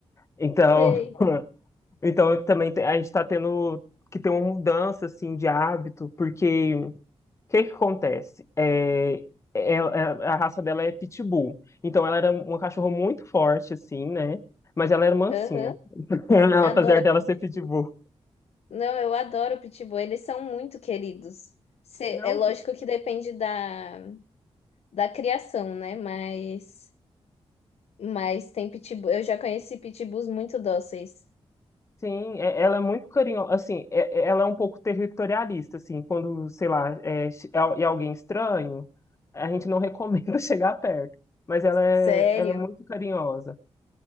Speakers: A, on the left (about 25°); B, on the left (about 70°).
A: Então,
B: Sei.
A: <laughs> então eu também te- a gente tá tendo que ter uma mudança, assim, de hábito, porque o que que acontece? É, ela- é- a raça dela é Pitbull. Então, ela era uma cachorra muito forte, assim, né? Mas ela era mansinha.
B: Aham.
A: <laughs> Ela,
B: Adoro
A: apesar dela
B: pitbull.
A: ser Pitbull.
B: Não, eu adoro pitbull. Eles são muito queridos. Cê-
A: Não,
B: é lógico que depende da, da criação, né? Mas, mas tem pitbull. Eu já conheci pitbulls muito dóceis.
A: sim, é- ela é muito carinhosa, assim, é- é- ela é um pouco territorialista, assim, quando, sei lá, é, che- é al- é alguém estranho, a gente não <laughs> recomenda chegar perto, mas ela é,
B: Sério?
A: ela é muito carinhosa.